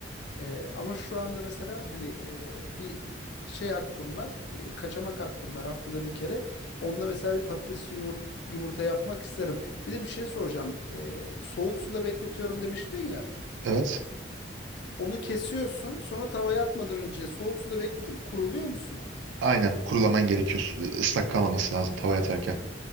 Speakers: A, on the left (about 60°); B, on the right (about 75°).
A: Ee, ama şu anda mesela hani e, bir şey hakkım var. e, kaçamak hakkım var haftada bir kere. Onunla mesela bir patatesli yumurta, yumurta yapmak isterim. Bir de bir şey soracağım. Ee, soğuk suda bekletiyorum demiştin ya.
B: Evet.
A: Onu kesiyorsun. Sonra tavaya atmadan önce soğuk suda bekletip kuruluyor musun?
B: Aynen. Kurulaman gerekiyor. Su- Islak kalmaması lazım tavaya atarken.